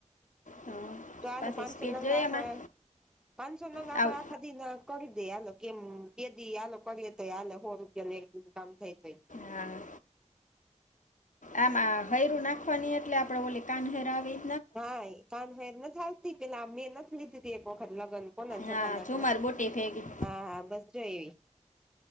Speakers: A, on the left; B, in the centre.
A: હા,
B: ચાલો
A: પાછી
B: પાંચસો
A: સ્પીડ
B: નંગા
A: જોઈએ
B: આપ
A: આમાં
B: પાંચસો નંગા
A: આવ
B: આપ આ ખા ના કરી દે આાલો કેમ બેદી આાલ કરીએ તો આલે હો રૂપિયા એક દિ કામ થાય તોય.
A: હા આમાં હૈરું નાખવાની એટલે આપણેે બોલી કાનહેર આવી.
B: હા એ કાન ફર નથી આવતી પેલા મેં નથી લીધીી એક વખત લગ્ન કોના છોગા
A: હા
B: નાક
A: ઝુમર બુટી ભેગી
B: હા હા બસ જો એવી.